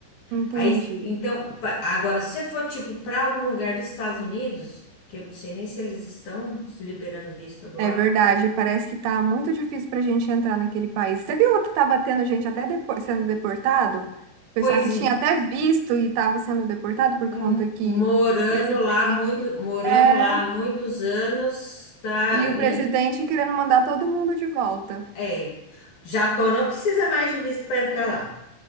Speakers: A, on the right (about 85°); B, on the left (about 55°).
A: entendi.
B: Aí, então, pa- agora, se você for tipo para algum lugar dos Estados Unidos, que eu não sei nem se eles estão liberando visto agora,
A: É verdade, parece que tá muito difícil pra gente entrar naquele país. Você viu que tava tendo gente até depo- sendo deportado? Pessoal
B: pois
A: que
B: em-
A: tinha até visto e tava sendo deportado por
B: m-
A: conta que
B: morando
A: o presidente
B: lá muito, morando
A: é,
B: lá há muitos anos, tá,
A: e
B: e
A: o presidente querendo mandar todo mundo de volta.
B: é, Japão não precisa mais de visto para entrar lá.